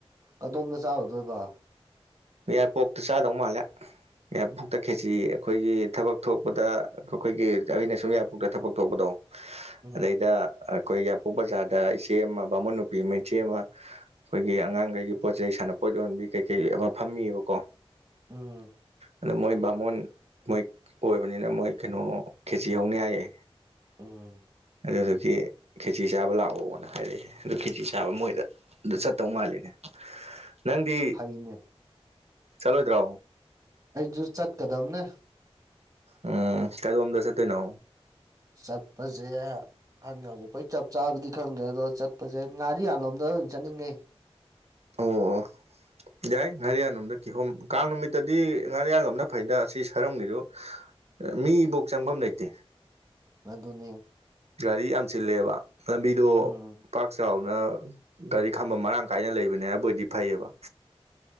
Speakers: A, on the right; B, on the right.
A: ꯀꯗꯣꯝꯗ ꯆꯥꯔꯨꯗꯣꯏꯕ
B: ꯌꯥꯏꯄꯣꯛꯇ ꯆꯥꯗꯧ ꯃꯥꯜꯂꯦ ꯌꯥꯏꯄꯣꯛꯇ ꯈꯦꯆꯤ ꯑꯩꯈꯣꯏꯒꯤ ꯊꯕꯛ ꯊꯣꯛꯄꯗ ꯑꯩꯈꯣꯏꯒꯤ ꯑꯩꯅ ꯁꯨꯝ ꯌꯥꯏꯄꯣꯛꯇ ꯊꯕꯛ ꯊꯣꯛꯄꯗꯣ
A: ꯎꯝ
B: ꯑꯗꯩꯗ ꯑꯩꯈꯣꯏ ꯌꯥꯏꯄꯣꯛ ꯕꯖꯥꯔꯗ ꯏꯆꯦ ꯑꯃ ꯕꯥꯃꯣꯟ ꯅꯨꯨꯄꯤ ꯑꯃ ꯏꯆꯦ ꯑꯃ ꯑꯩꯈꯣꯏꯒꯤ ꯑꯉꯥꯡꯈꯩꯒꯤ ꯄꯣꯠ ꯆꯩꯩ ꯁꯥꯟꯅꯄꯣꯠ ꯌꯣꯟꯕꯤ ꯀꯩꯀꯩ ꯑꯃ ꯐꯝꯃꯤꯕꯀꯣ
A: ꯎꯝ
B: ꯑꯗ ꯃꯣꯏ ꯕꯥꯃꯣꯟ ꯃꯣꯏ ꯑꯣꯏꯕꯅꯤꯅ ꯃꯣꯏ ꯀꯩꯅꯣ ꯈꯦꯆꯤ ꯍꯧꯅꯤ ꯍꯥꯏꯌꯦ
A: ꯎꯝ
B: ꯑꯗꯨꯗꯨꯒꯤ ꯈꯦꯆꯤ ꯆꯥꯕ ꯂꯥꯛꯑꯣꯅ ꯍꯥꯏꯔꯛꯑꯦ ꯑꯗꯨ ꯈꯦꯆꯤ ꯆꯥꯕ ꯃꯣꯏꯗ ꯗꯨ ꯆꯠꯇꯧ ꯃꯥꯜꯂꯤꯅꯦ ꯅꯪꯗꯤ
A: ꯐꯩꯅꯦ
B: ꯆꯠꯂꯣꯏꯗ꯭ꯔꯣ
A: ꯑꯩꯁꯨ ꯆꯠꯀꯥꯗꯝꯅꯦ
B: ꯎꯝ ꯀꯗꯣꯝꯗ ꯆꯠꯇꯣꯏꯅꯣ
A: ꯆꯠꯄꯁꯦ <unintelligible> ꯆꯞ ꯆꯥꯕꯗꯤ ꯈꯪꯗ꯭ꯔꯦ ꯑꯗꯣ ꯆꯠꯄꯁꯦ ꯉꯥꯔꯤꯌꯥꯜꯂꯣꯝꯗ ꯑꯣꯏ ꯆꯠꯅꯤꯡꯉꯦ
B: ꯑꯣ ꯑꯣ ꯌꯥꯏ ꯉꯥꯔꯤꯌꯥꯟꯂꯣꯝꯗ ꯀꯤꯍꯣꯝ ꯀꯥꯡ ꯅꯨꯃꯤꯠꯇꯗꯤ ꯉꯥꯔꯤꯌꯥꯂꯣꯝꯅ ꯐꯩꯗ ꯑꯁꯤ ꯁꯥꯔꯝꯒꯤꯗꯣ ꯃꯤꯐꯧ ꯆꯪꯕꯝ ꯂꯩꯇꯦ
A: ꯑꯗꯨꯅꯤ
B: ꯒꯥꯔꯤ ꯌꯥꯝ ꯆꯤꯜꯂꯦꯕ ꯂꯝꯕꯤꯗꯣ
A: ꯎꯝ
B: ꯄꯥꯛ ꯆꯥꯎꯅ ꯒꯥꯔꯤ ꯈꯝꯕꯝ ꯃꯔꯥꯡ ꯀꯥꯏꯅ ꯂꯩꯕꯅꯦ ꯍꯥꯏꯕꯣꯏꯗꯤ ꯐꯩꯌꯦꯕꯥ